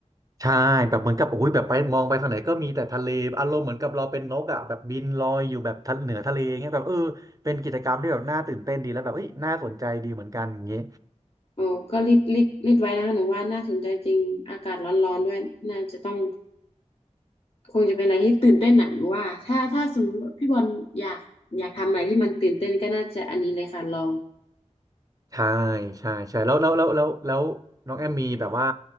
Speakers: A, on the right; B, on the left.
A: ใช่แบบเหมือนกับโอ้ยแบบไปมองไปทางไหนก็มีแต่ทะเลอารมณ์เหมือนกับเราเป็นนกอ่ะแบบบินลอยอยู่แบบทะเหนือทะเลเงี้ยแบบเออเป็นกิจกรรมที่แบบน่าตื่นเต้นดีแล้วแบบเอ้ยน่าสนใจดีเหมือนกันอย่างงี้
B: โอ้ก็รีดรีดรีดไว้นะคะหนูว่าน่าสนใจจริงอากาศร้อนๆด้วยน่าจะต้องคงจะเป็นอะไรที่ตื่นเต้นหนะหนูว่าถ้าถ้าสมมติว่าพี่บอลอยากอยากทำอะไรที่มันตื่นเต้นก็น่าจะอันนี้เลยค่ะลอง
A: ใช่ใช่ใช่แล้วแล้วแล้วแล้วแล้วน้องแอมมีแบบว่า